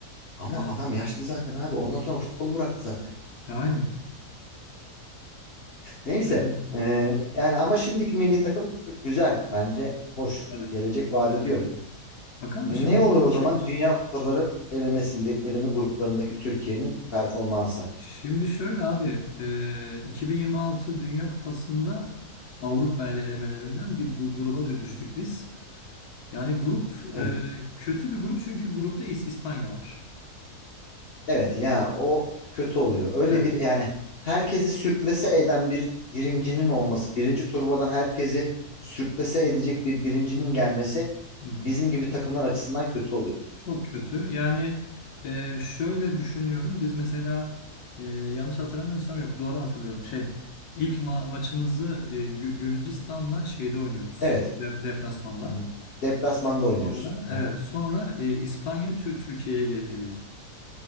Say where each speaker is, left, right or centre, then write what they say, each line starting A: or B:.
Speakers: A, on the left (about 55°); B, on the left (about 75°).
A: Ama
B: Ee,
A: adam yaşlı zaten abi. Ondan sonra futbolu bıraktı zaten.
B: yani
A: Neyse.
B: e,
A: eee, yani ama şimdiki milli takım güzel. Bence hoş.
B: tabii.
A: Gelecek vaat
B: Aynen
A: ediyor.
B: öyle. Bakalım
A: Ne
B: şimdi
A: olur
B: bu
A: o
B: iki
A: zaman Dünya Kupaları elemesinde, eleme gruplarındaki Türkiye'nin performansı?
B: şimdi şöyle abi e, 2026 Dünya Kupası'nda Avrupa ele elemelerinden bir gu- gruba dö- düştük
A: Hı?
B: biz. Yani grup
A: Evet.
B: e, kötü bir grup çünkü grupta İs- İspanya var.
A: Evet ya o kötü oluyor. Öyle
B: Evet.
A: bir yani herkesi sürklese eden bir birincinin olması, birinci turbadan herkesi sürklese edecek bir birincinin gelmesi
B: Hı hı.
A: bizim gibi takımlar açısından kötü oluyor.
B: Çok kötü. Yani e, şöyle düşünüyorum. Biz mesela e, yanlış hatırlamıyorsam yok doğru hatırlıyorum. Şey ilk ma- maçımızı e, Gü- Gürcistan'la şeyde oynuyoruz.
A: Evet.
B: De- deplasmanda.
A: Hmm, Deplasmanda oynuyoruz.
B: Sonra evet
A: Hı hı.
B: sonra e, İspanya Tü- Türkiye'ye ge- geliyor.